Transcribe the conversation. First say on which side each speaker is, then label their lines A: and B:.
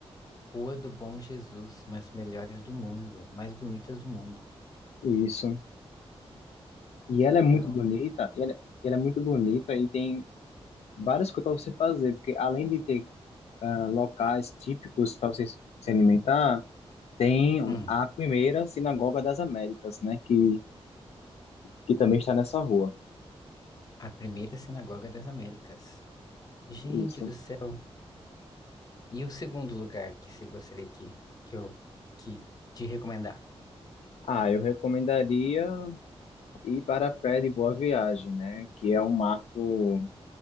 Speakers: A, on the left; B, on the left.
A: Rua do Bom Jesus, mas melhores do mundo, mais bonitas do mundo.
B: Isso. E
A: Que
B: ela
A: legal.
B: é muito bonita, e ela, e ela é muito bonita e tem várias coisas para você fazer, porque além de ter ah, locais típicos para você se alimentar, tem
A: Hum,
B: a primeira Sinagoga das Américas, né, que, que também está nessa rua.
A: a primeira sinagoga das Américas. Gente
B: Isso.
A: do céu, E o segundo lugar que você gostaria que, que eu que te recomendar?
B: Ah, eu recomendaria ir para a Praia de Boa Viagem, né, que é um marco,